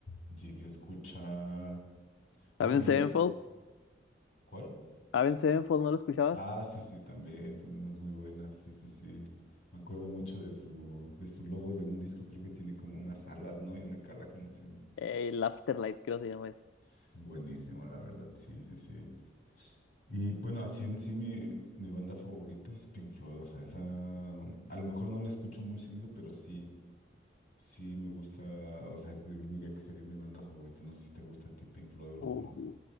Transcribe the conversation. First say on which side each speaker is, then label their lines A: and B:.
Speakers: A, on the left (about 40°); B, on the left (about 85°).
A: llegué a escuchar, o
B: Avenged
A: bueno, llegué,
B: Sevenfold.
A: ¿cuál?
B: Avenged Sevenfold, ¿no lo escuchabas?
A: Ah, sí, sí, también tiene unas muy buenas. Sí, sí, sí. Me acuerdo mucho de su, de su logo de un disco, creo que tiene como unas alas, ¿no? Y una calaca, no sé.
B: Eh, el Afterlight, creo que se llama ese.
A: Es buenísimo, la verdad. Sí, sí, sí. Y bueno, así en sí mi, mi banda favorita es Pink Floyd. O sea, esa a lo mejor no la escucho muy seguido, pero sí, sí me gusta. O sea, es de- diría que sería mi banda favorita. No sé si te gusta a ti Pink Floyd o lo
B: Uh,
A: conoces.